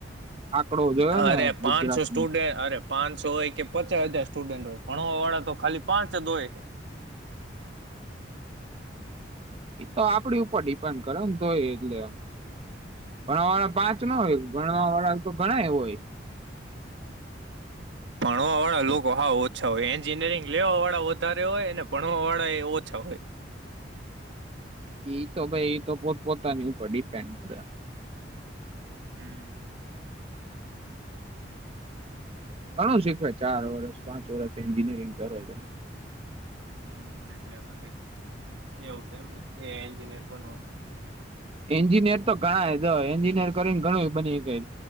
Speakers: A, on the right; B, on the right.
A: આંકડો જોયો
B: અરે
A: ને ગુજરાતનો
B: પાંચસો સ્ટુડન્ટ અરે પાંચસો હોય કે પચાસ હાજાર સ્ટુડન્ટ હોય ભણ વાળા તો ખાલી પાંચ દોય
A: એ તો આપડી ઉપર ડિપેન્ડ કરેને તો હોય એટલે ભણ વાળા પાંચ નો હોય ભણવા વાળા તો ઘણા એ હોય
B: ભણવા વાળા લોકો હા ઓછા હોય એન્જિનિયરિંગ લેવા વાળા વધારે હોય ને ભણવા વાળા એ ઓછા હોય
A: એઈ તો ભાઈ એ તો પો પોતાની ઉપર ડિપેન્ડ કર
B: હમ
A: ઘણું શીખવાવે ચાર વર્ષ પાંચ વરષ એન્જિનિયરિંગ કરો
B: હમ એટલે પ એવું છે એમને ર બનવાનું
A: એન્જિનિયર તો ઘણા એન્જિનિયર કરીને ઘણું બની